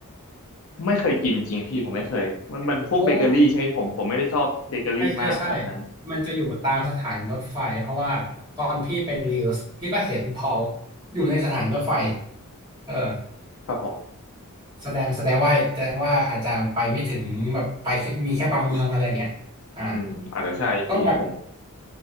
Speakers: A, on the left (about 65°); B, on the right (about 20°).
A: ไม่เคยกินจริงพี่ผมไม่เคยมันมันพวกเบเกอรี่ใช่ไหมผมผมไม่ได้ชอบเบเกอรี่มากขนาดนั้น
B: โอ้ ใช่ใช่ใช่มันจะอยู่ตามสถานีรถไฟเพราะว่าตอนพี่เป็นรีลส์พี่ก็เห็นพอลอยู่ในสถานีรถไฟเออ
A: ครับผม
B: แสดงแสดงว่าแสดงว่าอาจจะไปไม่ถึงแบบไปแค่มีแค่บางเมืองอะไรอย่างเงี้ยอ่า
A: อืมอาจจะใช่พี่ผม
B: ก็แบบ